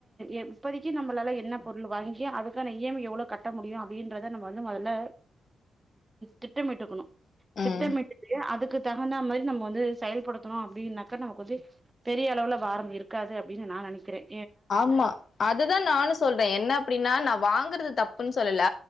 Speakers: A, on the right; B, on the left.
A: இப்போதிக்கி நம்மளால என்ன பொருள் வாங்கி அதுக்கான இஎம்ஐ எவ்வளோ கட்ட முடியும் அப்படின்றத நம்ம வந்து முதல்ல திட்டமிட்டுக்கணும் திட்டமிட்டு
B: ம்
A: அதுக்கு தகுந்த மாரி நம்ம வந்து செயல்படுத்தணும் அப்படின்னாக்க நமக்கு வந்து பெரிய அளவுல பாரம் இருக்காது அப்டின்னு நான் நெனைக்கிறேன்
B: ஆமா அதுதான் நானும் சொல்றேன் என்ன அப்படின்னா நம் வாங்கறது தப்புன்னு சொல்லல